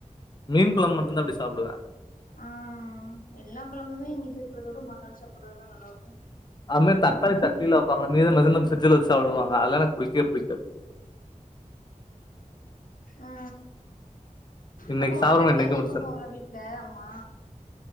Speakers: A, on the left; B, on the left.
A: மீன் கொழம்பு மட்டுந்தா அப்டி சாப்டுவே
B: ஆ எல்லா கொழம்புமே இன்னைக்கு வைக்கிறதோட மருநாள் சாப்பறதுதா நல்லாருக்கு
A: அதுமே தக்காளி சட்லிலா வைப்பாங்கல்ல மீத மிஞ்சினா பிரிட்ஜல வச்சு சாப்டுவாங்க அதல்லா எனக்கு புடிக்கவே புடிக்காது
B: ஆ
A: இன்னைக்கு
B: அப்போ உனக்கட்டி
A: சாப்டாம இன்னைக்கே
B: தனியே
A: முடிச்சிடணும்.
B: பண்ணுவாங்களா வீட்ல அம்மா